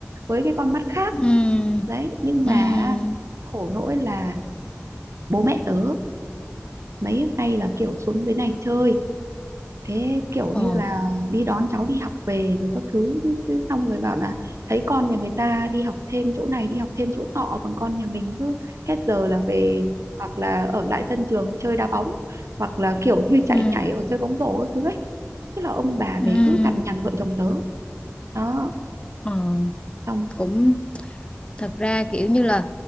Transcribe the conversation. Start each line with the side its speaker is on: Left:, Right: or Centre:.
Right: với cái con mắt khác
Left: ừ
Right: đấy nhưng mà
Left: ừ
Right: khổ nỗi là bố mẹ tớ mấy hôm nay là kiểu xuống dưới này chơi thế kiểu
Left: ờ
Right: như là đi đón cháu đi học về rồi các thứ xong rồi bảo là thấy con nhà người ta đi học thêm chỗ này đi học thêm chỗ nọ còn con nhà mình cứ hết giờ là về hoặc là ở lại sân trường chơi đá bóng hoặc là kiểu như chạy
Left: ừ
Right: nhảy hoặc chơi bóng rổ các thứ ấy thế là ông bà
Left: ừ
Right: về cứ cằn nhằn vợ chồng tớ đó
Left: ờ
Right: xong
Left: cũng thật ra kiểu như là